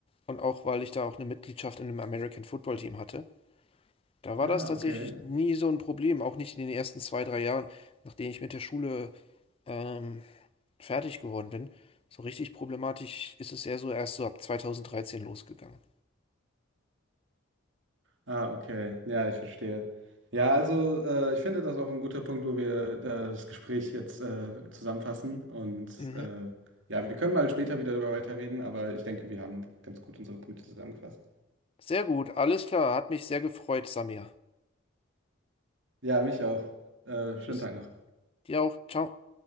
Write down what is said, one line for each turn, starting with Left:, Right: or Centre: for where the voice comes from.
Left: und auch, weil ich da auch eine Mitgliedschaft in einem American Football Team hatte. Da war
Right: Ah,
Left: das tatsächlich
Right: okay.
Left: nie so ein Problem, auch nicht in den ersten zwei, drei Jahren, nachdem ich mit der Schule ähm, fertig geworden bin. So richtig problematisch ist es eher so erst so ab 2013 losgegangen.
Right: Ah, okay. Ja, ich verstehe. Ja, also äh, ich finde das auch ein guter Punkt, wo wir äh, das Gespräch jetzt äh, zusammenfassen. Und
Left: Mhm.
Right: äh, ja, wir können mal später wieder darüber weiterreden, aber ich denke, wir haben ganz gut unsere Punkte zusammengefasst.
Left: Sehr gut, alles klar, hat mich sehr gefreut, Samir.
Right: Ja, mich auch. Äh, schönen
Left: Bis
Right: Tag noch.
Left: dir auch, ciao.